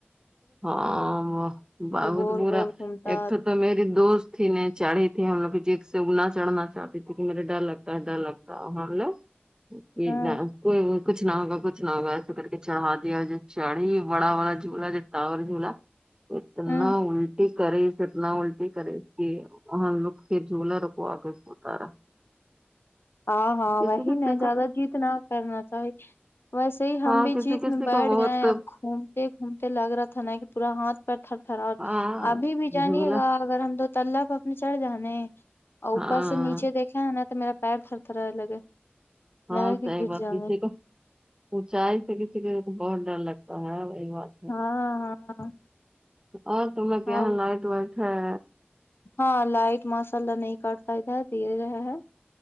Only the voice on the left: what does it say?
گول
گول گھومتا
ہاں
ہاں
ہاں ہاں
وہی
ن زیادہ
جیت نہ کرنا چاہی ویسے ہی ہم
بھی
جیت میں
بیٹھ
گئے ہیں اب گھوم گھومتے لگ رہا تھا نا کہ پورا ہاتھ پر تھر تھرا اور
ابھی بھی جانیے
گا اگر ہم دو تلب اپنے چڑھ جانے ہے اور اوپر
سے نیچے دیکھے ہے نا تو میرا پیر تھر تھھرا لگے
لگا کہ
گر
جاؤں
گے
ہاں ہاں
ہاں
ہاں لائٹ مساللہ نہیں کاٹتا ادھر دے رہا ہے